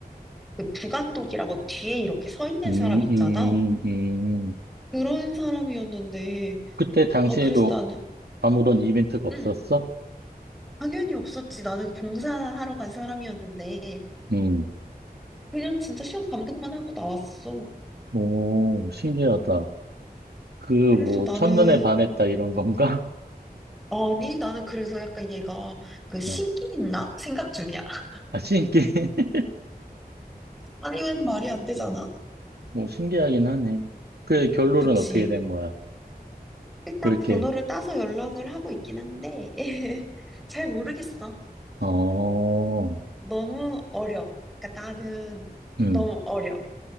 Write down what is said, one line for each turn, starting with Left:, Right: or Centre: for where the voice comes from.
Centre: 그 부감독이라고 뒤에 이렇게 서 있는
Right: 음,
Centre: 사람 있잖아.
Right: 음. 음.
Centre: 그런 사람이었는데
Right: 그때 당시에도
Centre: 아 그래서 나는
Right: 아무런 이벤트가 없었어?
Centre: 응 당연히 없었지. 나는 봉사하러 간 사람이었는데
Right: 음,
Centre: 그냥 진짜 시험 감독만 하고 나왔어.
Right: 오, 신기하다. 그, 뭐,
Centre: 그래서 나는
Right: 첫눈에 반했다, 이런 건가?
Centre: 아니, 나는 그래서 약간 얘가
Right: <laughs>
Centre: 그 식이
Right: 어,
Centre: 있나? 생각 중이야. <laughs>
Right: 아, 신기, <laughs>
Centre: 아니면 말이 안 되잖아?
Right: 뭐, 신기하긴 하네. 그 결론은
Centre: 그치.
Right: 어떻게 된 거야?
Centre: 일단
Right: 그렇게,
Centre: 번호를 따서 연락을 하고 있긴 한데, <laughs> 잘 모르겠어.
Right: 어,
Centre: 너무 어려. 그러니까 나는
Right: 음,
Centre: 너무 어려.